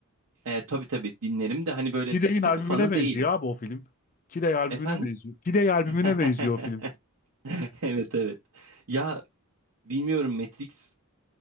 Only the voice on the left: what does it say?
Kid
albümüne
benziyor
abi o film. Kid albümüne
benziyor. Kid albümüne
benziyor o film.